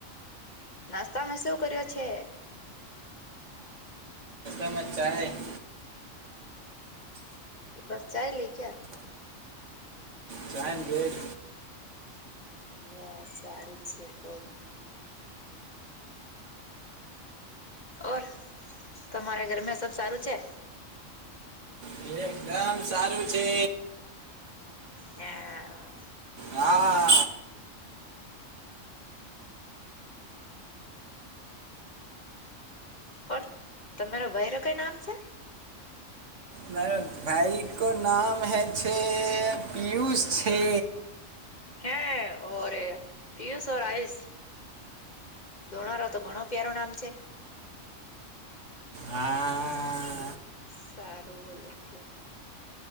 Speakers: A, on the left (about 35°); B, on the right (about 65°).
A: નાસ્તા હ સોવ કર્યો છે?
B: તમે ચાય <unintelligible>
A: બસ ચાઈ લઈ ક્યા?
B: ટ્રાઈમ બેેડ.
A: બ સારું છે કો. ઓર તમારા ઘરમાં સબ સારું છે?
B: એકદમ કમ સારું છે.
A: હા.
B: હા.
A: ઓર તમારો વયરો કાઈ નામ છે?
B: ના <unintelligible> ભાઈ કે નામ હય છે પિયુષ છે.
A: હે ઓરે, પિયુસ ઓર આયુષ. દોનારો તો ઘણો પ્યારો નામ છે.
B: હા
A: સારું બોલું છે.